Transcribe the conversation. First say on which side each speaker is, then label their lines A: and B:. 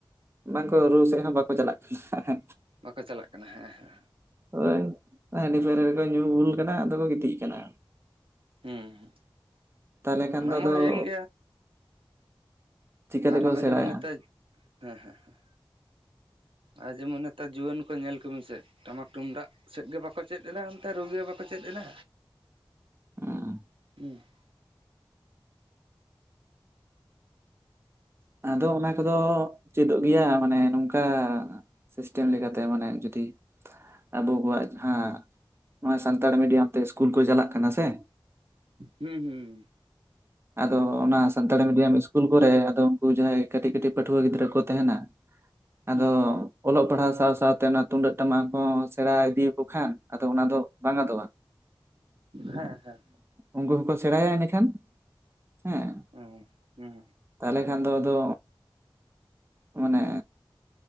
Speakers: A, on the right; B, on the right.
A: ᱵᱟᱝᱠᱚ ᱨᱩ ᱥᱮᱫ ᱦᱚᱸ ᱵᱟᱠᱚ ᱪᱟᱞᱟᱜ ᱠᱟᱱᱟ
B: ᱵᱟᱠᱚ ᱪᱟᱞᱟᱜ ᱠᱟᱱᱟ ᱦᱮᱸ ᱦᱮᱸ
A: ᱦᱚᱭ ᱦᱟᱺᱰᱤ ᱯᱟᱹᱣᱨᱟᱹ ᱨᱮ ᱠᱚ ᱧᱩ ᱵᱩᱞ ᱟᱠᱟᱱᱟ ᱟᱫᱚ ᱠᱚ ᱜᱤᱛᱤᱡ ᱟᱠᱟᱱᱟ
B: ᱦᱩ ᱦᱩᱸ
A: ᱛᱟᱦᱚᱞᱮ ᱠᱷᱟᱱ
B: ᱚᱱᱟ
A: ᱫᱚ
B: ᱢᱟ
A: ᱟᱫᱚ
B: ᱦᱩᱭᱮᱱ
A: <inaudible> ᱪᱤᱠᱟᱹ ᱛᱮᱠᱚ
B: ᱟᱨᱦᱚᱸ ᱟᱸ..
A: ᱥᱮᱬᱟᱭᱟ
B: ᱡᱮᱢᱚᱜ ᱱᱮᱛᱟᱨ ᱦᱮᱸ ᱦᱮᱸ ᱦᱮᱸ, ᱟᱨ ᱡᱮᱢᱚᱱ ᱱᱮᱛᱟᱨ ᱡᱩᱣᱟᱹᱱ ᱠᱚ ᱧᱮᱞ ᱠᱩᱢ ᱥᱮ ᱴᱟᱢᱟᱠ ᱛᱩᱢᱰᱟᱜ ᱥᱮᱫ ᱜᱮ ᱵᱟᱠᱚ ᱪᱮᱫ ᱮᱫᱟ ᱮᱱᱛᱮ ᱨᱩ ᱜᱮ ᱵᱟᱠᱚ ᱪᱮᱫ ᱮᱫᱟ
A: ᱩᱸ <unintelligible>
B: ᱦᱩᱸ <unintelligible>
A: ᱟᱫᱚ ᱚᱱᱟ ᱠᱚᱫᱚ ᱪᱮᱫᱚᱜ ᱜᱮᱭᱟ ᱢᱟᱱᱮ ᱱᱚᱝᱠᱟ ᱥᱤᱥᱴᱮᱢ ᱞᱮᱠᱟᱛᱮ ᱢᱟᱱᱮ ᱡᱩᱫᱤ ᱟᱵᱚ ᱠᱚᱣᱟᱜ ᱡᱟᱦᱟᱸ ᱱᱚᱣᱟ ᱥᱟᱱᱛᱟᱲᱤ ᱢᱤᱰᱤᱭᱟᱢ ᱛᱮ ᱤᱥᱠᱩᱞ ᱠᱚ ᱪᱟᱞᱟᱜ ᱠᱟᱱᱟ ᱥᱮ
B: ᱦᱩᱸ ᱦᱩᱸ
A: ᱟᱫᱚ ᱚᱱᱟ ᱥᱟᱱᱛᱟᱲᱤ ᱢᱤᱰᱤᱭᱟᱢ ᱤᱥᱠᱩᱞ ᱠᱚᱨᱮ ᱟᱫᱚ <unintelligible> ᱡᱟᱦᱟᱸᱭ ᱠᱟᱹᱴᱤᱡ ᱠᱟᱹᱴᱤᱡ ᱯᱟᱹᱴᱷᱩᱣᱟᱹ ᱜᱤᱫᱽᱨᱟᱹ ᱠᱚ ᱛᱟᱦᱮᱱᱟ ᱟᱫᱚ
B: ᱦᱩᱸ
A: ᱚᱞᱚᱜ ᱯᱟᱲᱦᱟᱣ ᱥᱟᱶ ᱥᱟᱶᱛᱮ ᱚᱱᱟ ᱛᱩᱢᱫᱟᱹᱜ ᱴᱟᱢᱟᱠ ᱠᱚ ᱥᱮᱬᱟ ᱤᱫᱤᱭᱟᱠᱚ ᱠᱷᱟᱱ ᱟᱫᱚ ᱚᱱᱟ ᱫᱚ ᱵᱟᱝ ᱟᱫᱚᱜᱼᱟ
B: ᱦᱮᱸ ᱦᱮᱸ
A: ᱩᱱᱠᱩ ᱦᱚᱸᱠᱚ ᱥᱮᱬᱟᱭᱟ ᱮᱱᱟᱹᱠᱷᱟᱱ ᱦᱮᱸ
B: ᱚ ᱦᱩᱸ
A: ᱛᱟᱦᱚᱞᱮ ᱠᱷᱟᱱ ᱫᱚ ᱟᱫᱚ ᱢᱟᱱᱮ